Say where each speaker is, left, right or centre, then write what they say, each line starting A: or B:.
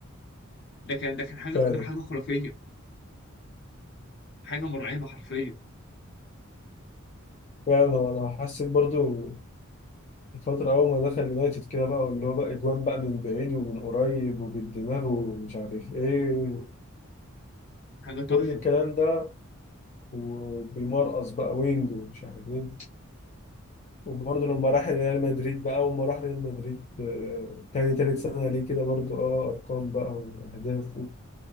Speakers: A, on the left; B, on the left.
A: ده كان ده كان حاجه
B: فعلا
A: ده حاجه خرافيه حاجه مرعبه حرفيا
B: فعلا وأنا حسيت برضو الفترة أول ما دخل يونايتد كده بقى واللي هو بقى أجوان بقى من بعيد ومن قريب وبالدماغ ومش عارف إيه
A: حاجه تحفه
B: كل الكلام ده وبيمرقص بقى وينج ومش عارف إيه وبرضه لما راح ريال مدريد بقى أول ما راح ريال مدريد آه، تاني تالت سنة ليه كده برضه اه أرقام بقى وأهداف و-